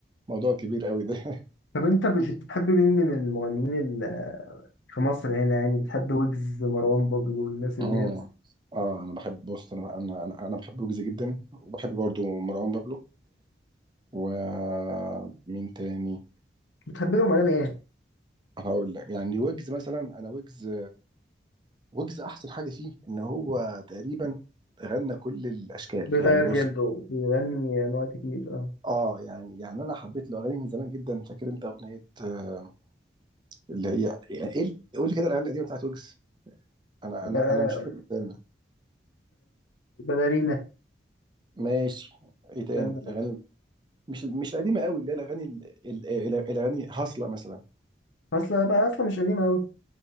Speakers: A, on the right; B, on the left.
A: موضوع كبير قوي ده <laughs>
B: طب أنت ب- بتحب مين من المغنيين ال- في مصر هنا يعني بتحب ويجز مروان بابلو والناس اللي
A: اه
B: هي
A: اه انا بحب بص انا انا انا أنا بحب ويجز جدا وبحب برضو مروان بابلو ومين تاني
B: بتحب لهم أغاني إيه؟
A: وهقول لك يعني ويجز مثلا انا ويجز ويجز احسن حاجه فيه ان هو تقريبا غنى كل الاشكال
B: بيغير
A: يعني بص
B: جلده بيغني أنواع كتير اه
A: اه يعني يعني انا حبيت له اغاني من زمان جدا فاكر انت اغنيه آه، اللي هي يعني ايه ال- قول لي كده الاغاني القديمه بتاعت ويجز انا انا
B: آه،
A: انا مش فاكر استنى.
B: باليرينا
A: ماشي ايه تاني
B: آه،
A: الاغاني مش مش القديمه قوي اللي هي الاغاني ال- ال- ال- الاغاني هاصله مثلا
B: أصلا بقى أصلا مش قديم أوي